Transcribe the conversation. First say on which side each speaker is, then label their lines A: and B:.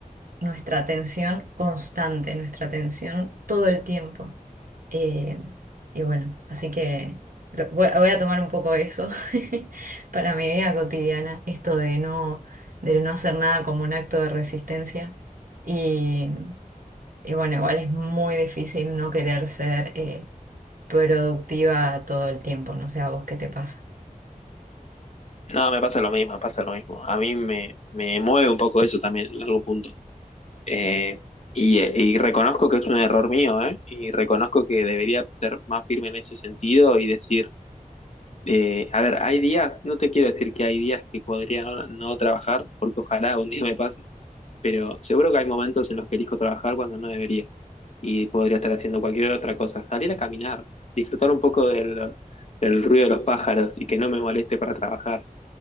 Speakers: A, on the right; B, on the left.
A: nuestra atención constante, nuestra atención todo el tiempo. Eh, y bueno, así que lo- voy, voy a tomar un poco eso <laughs> para mi vida cotidiana, esto de no, de no hacer nada como un acto de resistencia. Y. Y bueno, igual es muy difícil no querer ser eh, productiva todo el tiempo, no sé a vos qué te pasa.
B: No, me pasa lo mismo, me pasa lo mismo. A mí me, me mueve un poco eso también en algún punto. Eh, y, eh, y reconozco que es un error mío, ¿eh? Y reconozco que debería ser más firme en ese sentido y decir, eh, a ver, hay días, no te quiero decir que hay días que podría no, no trabajar, porque ojalá un día me pase, pero seguro que hay momentos en los que elijo trabajar cuando no debería y podría estar haciendo cualquier otra cosa. Salir a caminar, disfrutar un poco del, del ruido de los pájaros y que no me moleste para trabajar